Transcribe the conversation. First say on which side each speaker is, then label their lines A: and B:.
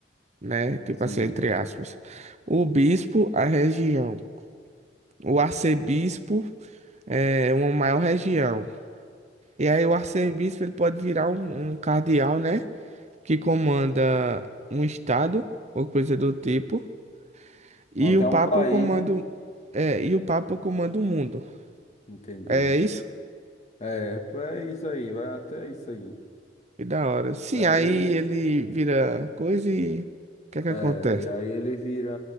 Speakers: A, on the right (about 40°); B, on the left (about 40°).
A: né? Tipo
B: Sim,
A: assim, entre aspas. O bispo, a região. O arcebispo é uma maior região. E aí o arcebispo, ele pode virar um, um cardeal, né? Que comanda um estado, ou coisa do tipo. E
B: Ou até
A: o papa
B: um país,
A: comanda,
B: né?
A: o- é, e o papa comanda o mundo.
B: Entendi.
A: É isso?
B: É, pô, é isso aí, vai até isso aí.
A: Que da hora. Sim,
B: E aí,
A: aí
B: eu-
A: ele vira coisa e o que é que
B: é,
A: acontece?
B: e aí ele vira